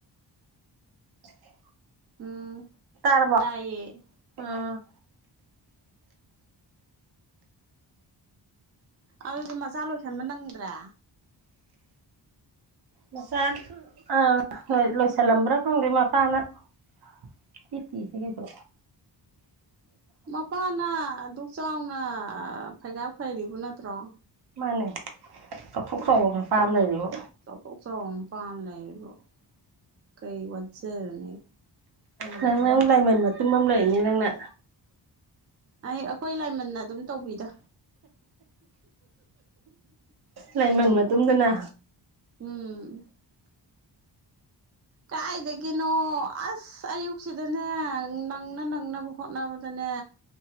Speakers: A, on the right; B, on the right.
A: <inaudible>
B: ꯎꯝ
A: ꯇꯥꯔꯕꯣ
B: ꯇꯥꯏꯌꯦ
A: ꯎꯝ
B: ꯑꯗꯨꯗꯤ ꯃꯆꯥ ꯂꯣꯏꯁꯟꯕ ꯅꯪꯗ꯭ꯔꯦ
A: ꯃꯆꯥ ꯑꯥ ꯍꯣꯏ ꯂꯣꯏꯁꯤꯜꯂꯝꯕ꯭ꯔꯥ ꯈꯪꯗꯦ ꯃꯄꯥꯅꯥ <unintelligible> ꯇꯤꯁꯤꯒꯁꯨ
B: ꯃꯄꯥꯅ ꯑꯗꯨꯛ ꯆꯥꯎꯅ ꯐꯩꯒꯥꯛ ꯐꯩꯔꯤꯕꯨ ꯅꯠꯇ꯭ꯔꯣ
A: ꯃꯥꯅꯦ ꯆꯥꯎꯊꯣꯛ ꯆꯥꯎꯕ ꯃꯄꯥ ꯑꯝ ꯂꯩꯔꯤꯕꯨ
B: ꯆꯠꯊꯣꯛ ꯆꯥꯎ ꯃꯄꯥ ꯑꯝ ꯂꯩꯔꯤꯕꯨ ꯀꯩ ꯋꯥꯖꯥꯔꯨꯅꯦꯒꯦ
A: ꯅꯪ ꯅꯪ ꯂꯥꯏꯃꯟ ꯃꯇꯨꯝ ꯑꯝ ꯂꯩꯅꯤ ꯅꯪꯅ
B: ꯑꯩ ꯑꯩꯈꯣꯏ ꯂꯥꯏꯃꯟꯅ ꯑꯗꯨꯝ ꯇꯧꯕꯤꯗ
A: ꯂꯥꯏꯃꯟ ꯃꯇꯨꯝꯗꯨꯅ
B: ꯎꯝ ꯀꯥꯏꯗꯗꯒꯤꯅꯣ ꯑꯁ ꯑꯁ ꯑꯌꯨꯛꯁꯤꯗꯅꯦ ꯅꯪꯅ ꯅꯪꯅꯕ ꯍꯣꯠꯅꯕꯗꯅꯦ